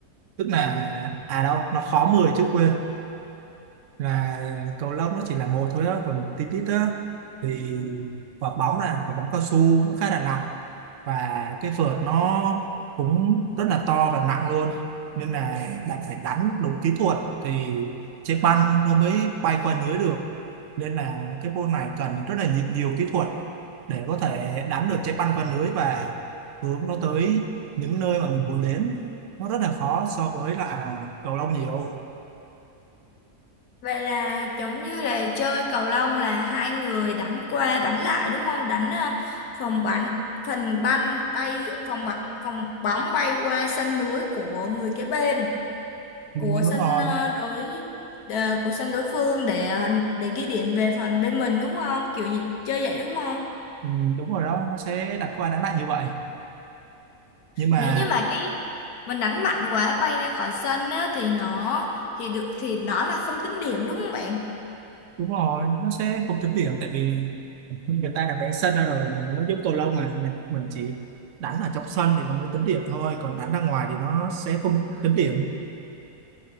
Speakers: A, on the right; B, on the left.
A: tức là à đâu nó khó 10 chứ quên là cầu lông nó chỉ là một thôi đó còn tennis á thì quả bóng là quả bóng cao su nó khá là nặng và cái vợt nó cũng rất là to và nặng luôn nên là bạn phải đánh đúng kỹ thuật thì trái banh nó mới bay qua lưới được nên là cái môn này cần rất là nhiều, nhiều kỹ thuật để có thể đánh được trái banh qua lưới và hướng nó tới những nơi mà mình muốn đến nó rất là khó so với là à, cầu lông nhiều
B: Vậy là giống như là chơi cầu lông là hai người đánh qua đánh lại đúng không? Đánh ờ, phòng bắn phần banh bay phòng bắn phòng bóng bay qua sân lưới của người kế bên
A: ừ,
B: của
A: đúng
B: sân
A: rồi
B: ờ, đối ờ, của sân đối phương để ờ, để ghi điểm về phần bên mình đúng không? Kiểu như, chơi vậy đúng không?
A: ừ, đúng rồi đó nó sẽ đặt qua đánh lại như vậy nhưng mà
B: Nếu như mà cái mình đánh mạnh quá bay ra khỏi sân á, thì nó thì được thì nó là không tính điểm đúng không bạn?
A: đúng rồi nó sẽ không tính điểm tại vì người ta đã vẽ sân ra rồi này, nó giúp cầu lông mà này, mình chỉ đánh ở trong sân thì nó mới tính điểm thôi còn đánh ra ngoài thì nó sẽ không tính điểm